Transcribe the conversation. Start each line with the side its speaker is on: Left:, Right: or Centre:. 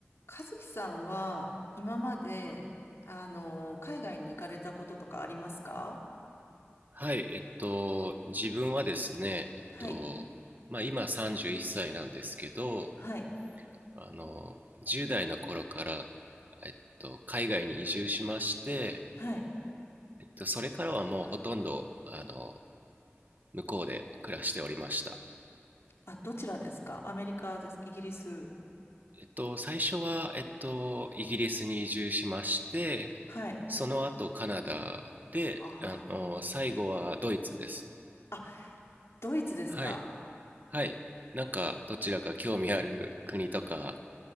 Left: 和樹さんは今まで、あの、海外に行かれたこととかありますか
Right: はい、えっと、自分はですね、えっと、
Left: はい。
Right: まあ、今31歳なんですけど、
Left: はい。
Right: あの、10代の頃から、えっと、海外に移住しまして、
Left: はい。
Right: えっと、それからはもうほとんど、あの、向こうで暮らしておりました。
Left: あ、どちらですかアメリカですかイギリス
Right: えっと、最初は、えっと、イギリスに移住しまして、
Left: はい。
Right: その後カナダで、
Left: あ
Right: あの、最後はドイツです。
Left: あ。あ、ドイツですか
Right: はい、はい。なんか、どちらか興味ある国とか